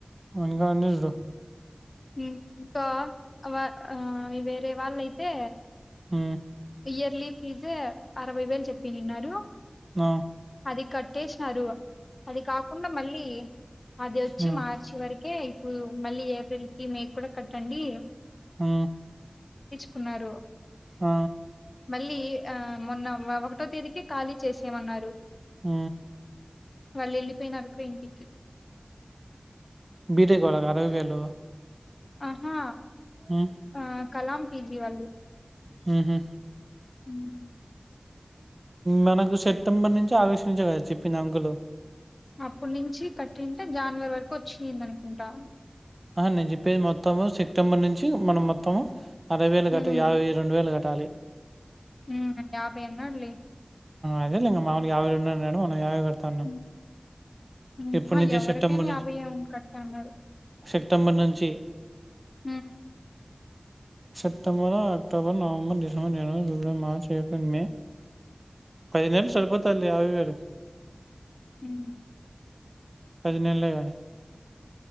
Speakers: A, on the right; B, on the left.
A: వాని కాన్నే నిజడు
B: ఇంకా ఆ వేరే వాళ్ళయితే
A: అ
B: ఇయర్లీ ఫీజే అరవై వేలు చెప్పిన్నారు
A: అ
B: అది కట్టేసినారు అది కాకుండా మళ్ళీ అది వచ్చి
A: ఉమ్
B: మార్చి వరకే కు మళ్ళీ ఏప్రిల్ కి మే కూడా కట్టండి
A: ఆ
B: కున్నారు
A: ఆ
B: మళ్ళీ ఆ మొన్న ఒకటో తేదీకి ఖాళీ చేసేయమన్నారు
A: అ
B: వాళ్ళు వెళ్ళిపోయినరు ఇంకో ఇంటికి
A: బిటేక్ వాళ్లకు అరవై వేయిలు
B: ఆహా
A: ఆ
B: ఆహ్, కలాం పీజీ వాళ్ళు
A: మ్ హు
B: మ్
A: మనకు సెప్టెంబర్ నుంచి ఆగస్టు నుంచే కదా చెప్పింది అంకులు
B: అప్పడి నుంచి కట్టింటే జనవరి వరకు వచ్చింది అనుకుంటా
A: ఆ హా నేను చెప్పేది మొత్తము సెప్టెంబర్ నుంచి మనం మొత్తము అరవై వేలు
B: హ్మ్.
A: కట్ట యాభై రెండు వేలు కట్టాలి
B: హ్మ్. అన్నాడులే.
A: అదే లే ఇగ మా వోణికి యాభై రెండు అన్నడు మనం యాభై తనం
B: హ్మ్. హ్మ్.
A: ఇప్పడు
B: ఆ!
A: నుంచి
B: ఎవరికైనా
A: సెప్టెంబర్ నుం
B: కట్ట అన్నారు.
A: సెప్టెంబర్ నుంచి
B: మ్
A: సెప్టెంబరు అక్టోబర్ నవంబర్ డిసంబర్ జనవరి ఫిబ్రవరి మార్చ్ ఏప్రిల్ మే పదిహేను వేలు సరిపోతాయి లే యాభై వేలు
B: మ్
A: పదిినెళ్ళే కానీ